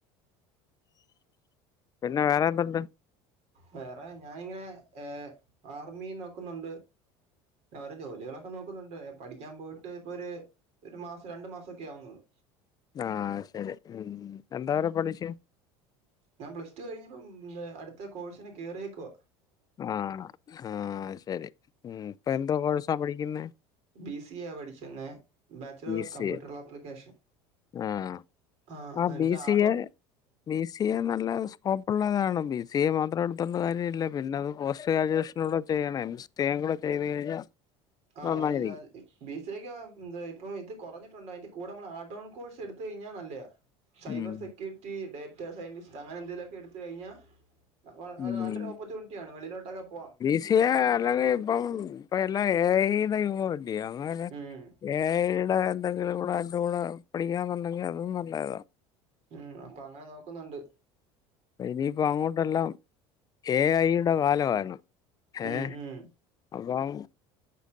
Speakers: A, on the left; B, on the right.
A: പിന്നെ വേറെന്തുണ്ട്
B: വേറെ ഞാനിങ്ങനെ ഏഹ് ആർമി നോക്കുന്നുണ്ട് വേറെ ജോലികളൊക്കെ നോക്കുന്നുണ്ട് പഠിക്കാൻ പോയിട്ട് ഇപ്പൊ ഒരു ഒരു മാസം രണ്ടു മാസൊക്കെ ആവുന്നുള്ളൂ
A: ആഹ് ശരി എന്തോ വരെ പഠിച്ചു
B: ഞാൻ പ്ലസ്ടു കഴിഞ്ഞിപ്പം അടുത്ത കോഴ്സിനെ കേറിയേക്കുവ
A: ആഹ് ആഹ് ശെരി ഇപ്പൊ എന്തോ കോഴ്സാ പഠിക്കുന്നെ
B: ബി സി എ പഠിച്ന്നേ bachelor
A: B
B: of
A: C
B: computer
A: A
B: application
A: ആഹ്
B: ആഹ്
A: ആ
B: അതിനത്ത്
A: ബി C
B: add on
A: A B C A നല്ല സ്കോപ്പുള്ളതാണ് ബി സി എ മാത്രം എടുത്തോണ്ട് കാര്യല്ല പിന്നെ അത് പോസ്റ്റ്ഗ്രാജുവേഷൻ നുടെ ചെയ്യണേ എം സി എ കൂടെ ചെയ്ത് കഴിഞ്ഞാൽ
B: ആഹ്
A: നന്നായിരിക്കും
B: അല്ല അത് ബി സി ഐക്കപ്പം ഇത് കുറഞ്ഞിട്ടുണ്ട് അതിന്റെ കൂടെ നമ്മൾ ആഡ് ഒൺ കോഴ്സ്എടുത്തു കഴിഞ്ഞാൽ നല്ലയാ സൈബർ
A: ഉം
B: സെക്യൂരിറ്റി ഡേറ്റ സയന്റിസ്റ്റ് അങ്ങനെ എന്തെങ്കി ലുക്കെ എടുത്ത് കഴിഞ്ഞാ വളരെ
A: ഉം
B: നല്ലൊരോ ഒപ്പർച്യണിറ്റിയാണ് വെളിലോട്ടൊക്കെ പോവാം
A: <unintelligible> അല്ലെങ്കിൽ ഇപ്പം ഇപ്പ എല്ലാം എ ഐ യുടെ യുഗം അല്ലിയോ അങ്ങനെ
B: ഉം
A: എ ഐ യുടെ എന്തെങ്കിലുടെ അയിൻ്റെ കൂടെ പഠിക്കാന്നുണ്ടെങ്കിൽ അതും നല്ലതാ
B: ഉം അപ്പൊങ്ങനെ നോക്കുന്നുണ്ട്
A: ഇനിയിപ്പോ അങ്ങോട്ടെല്ലാം എ ഐയുടെ കാലാവാണ് ഏഹ്
B: ഉം ഉം
A: അപ്പം